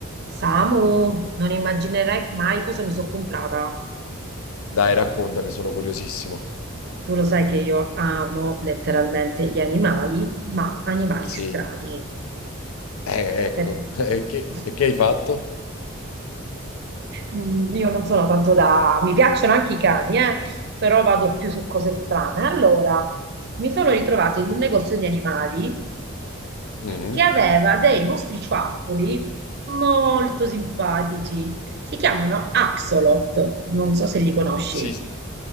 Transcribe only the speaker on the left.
Dai, raccontami, sono curiosissimo.
Sì.
Eh, ecco.
<laughs> E che,
e che hai fatto?
Mhm.
Sì, sì.